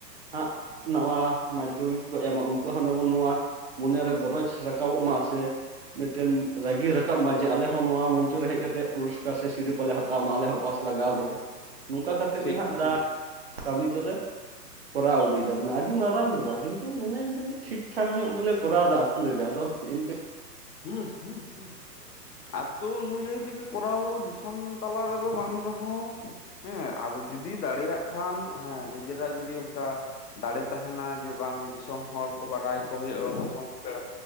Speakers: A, on the right (about 40°); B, on the left (about 75°).
A: ᱦᱟᱸᱜ ᱱᱟᱣᱟ ᱢᱟᱫᱽᱫᱷᱚᱢᱤᱠ ᱠᱚ ᱮᱢᱟ ᱩᱱᱠᱩᱣᱟᱜ ᱦᱚᱸ ᱡᱮᱢᱚᱱ ᱱᱚᱣᱟ ᱼᱼ ᱢᱚᱱᱮᱨᱮ ᱜᱚᱨᱚᱡᱽ ᱨᱟᱠᱟᱵᱚᱜ ᱢᱟ ᱥᱮ ᱼᱼ ᱢᱤᱫᱴᱮᱱ ᱨᱟᱹᱜᱤ ᱨᱟᱠᱟᱵ ᱢᱟ ᱡᱮ ᱟᱞᱮ ᱦᱚᱸ ᱱᱚᱣᱟ ᱢᱚᱧᱪᱚ ᱨᱮ ᱦᱮᱡ ᱠᱟᱛᱮᱫ ᱯᱩᱨᱚᱥᱠᱟᱨ ᱥᱮ ᱥᱤᱨᱯᱟᱞᱮ ᱦᱟᱛᱟᱣ ᱢᱟ। ᱟᱞᱮ ᱦᱚᱸ ᱼᱼ ᱯᱟᱥ ᱞᱟᱜᱟᱣ ᱟᱞᱮᱭᱟ᱾ ᱱᱚᱝᱠᱟ ᱠᱟᱛᱮᱫ
B: ᱴᱷᱤᱠ
A: ᱜᱮ ᱦᱟᱸᱜ
B: ᱴᱷᱤᱠ
A: ᱫᱟᱜ ᱠᱟᱹᱢᱤ ᱫᱚᱞᱮ ᱼᱼ ᱠᱚᱨᱟᱣ ᱟᱹᱜᱩᱭᱮᱫᱟ ᱵᱚᱱᱟ ᱟᱹᱰᱤ ᱢᱟᱨᱟᱝ ᱫᱚ ᱵᱟᱝ ᱠᱤᱱᱛᱩ ᱢᱚᱱᱮᱧ ᱡᱟᱹᱱᱤᱡ ᱴᱷᱤᱠ ᱴᱷᱟᱠ ᱧᱚᱜ ᱜᱮᱞᱮ ᱠᱚᱨᱟᱣᱮᱫᱟ। ᱟᱛᱩ ᱨᱮᱜᱮ ᱟᱫᱚ ᱤᱱ
B: <unintelligible> ᱟᱛᱩ ᱱᱩᱭᱡᱟᱹᱱᱤ ᱛᱤᱜᱤ ᱠᱚᱨᱟᱣ ᱫᱤᱥᱚᱢ ᱛᱟᱞᱟ ᱨᱮᱫᱚ ᱵᱟᱝ ᱨᱮᱦᱚᱸ। ᱦᱮᱸ ᱟᱫᱚ ᱡᱩᱫᱤ ᱫᱟᱲᱮᱭᱟᱜ ᱠᱷᱟᱱ ᱦᱮᱸ ᱱᱤᱡᱮᱨᱟᱜ ᱡᱩᱚᱫᱤ ᱚᱱᱠᱟ ᱼᱼ ᱫᱟᱲᱮ ᱛᱟᱦᱮᱱᱟ ᱡᱮ ᱵᱟᱝ ᱫᱤᱥᱚᱢ ᱦᱚᱲ ᱠᱚ ᱵᱟᱰᱟᱭ ᱠᱚ ᱦᱩᱭᱩᱜᱼᱟ᱾ ᱫᱤᱥᱚᱢ ᱯᱮᱲᱟ